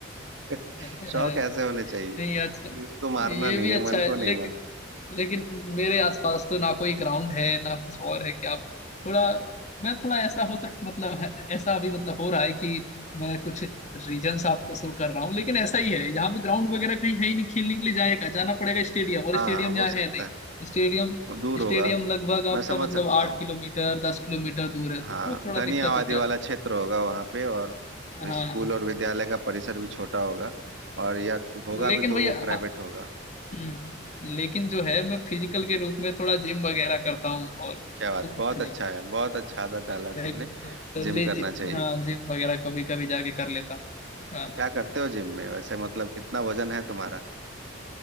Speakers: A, on the right; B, on the left.
A: <laughs>
B: अरे,
A: शौक ऐसे होने चाहिए
B: नहीं अच्छा
A: कि उसको मारना
B: ये
A: नहीं
B: भी
A: है
B: अच्छा
A: मन
B: है
A: को नहीं
B: लेकिन
A: मार
B: लेकिन मेरे आसपास तो ना कोई ग्राउंड है ना कुछ और है क्या थोड़ा मैं थोड़ा ऐसा हो सक मतलब है- ऐसा अभी मतलब हो रहा है कि मैं कुछ रीजंस आपको शो कर रहा हूँ लेकिन ऐसा ही है यहाँ पे ग्राउंड वगैरह कहीं है ही नहीं खेलने के लिए जाएगा जाना पड़ेगा स्टेडियम और
A: हाँ
B: स्टेडियम
A: हो
B: यहाँ
A: सकता
B: है नहीं
A: है
B: स्टेडियम
A: वो दूर
B: स्टेडियम
A: होगा
B: लगभग आपका
A: मैं समझ
B: मतलब
A: सकता
B: आठ
A: हूँ
B: किलोमीटर दस किलोमीटर दूर है तो
A: हाँ
B: वो थोड़ा
A: घनी
B: दिक्कत
A: आबादी
B: होता
A: वाला
B: है
A: क्षेत्र होगा वहाँ पे और
B: हाँ
A: स्कूल और विद्यालय का परिसर भी छोटा होगा और या होगा
B: लेकिन
A: भी तो
B: भैया
A: वो प्राइवेट
B: हाँ,
A: होगा
B: हम्म लेकिन जो है मैं फिजिकल के रूप में थोड़ा जिम वगैरह करता हूँ और,
A: क्या
B: और
A: बात
B: तो कुछ
A: बहुत
B: नहीं
A: अच्छा है बहुत अच्छा आदत डाला है
B: रेगुलरली
A: तुमने जिम करना
B: जि,
A: चाहिए
B: हाँ जिम वगैरह कभी कभी जाके कर लेता हूँ हाँ जी।
A: क्या करते हो जिम में वैसे मतलब कितना वजन है तुम्हारा